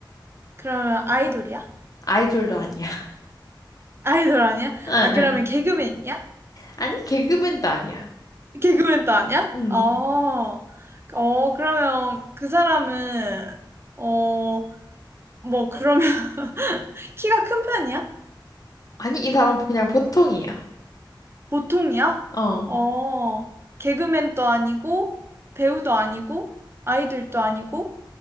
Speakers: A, on the right; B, on the left.
A: 그러면 아이돌이야?
B: 아이돌도 아니야. <laughs>
A: 아이돌 아니야?
B: 응,
A: 아, 그러면
B: 응.
A: 개그맨이야?
B: 아니, 개그맨도 아니야.
A: 개그맨도 아니야?
B: 응.
A: 어, 어, 그러면 그 사람은, 어, 뭐, 그러면 <laughs> 키가 큰 편이야?
B: 아니, 이 사람 그냥 보통이야.
A: 보통이야?
B: 어.
A: 어, 개그맨도 아니고, 배우도 아니고, 아이돌도 아니고,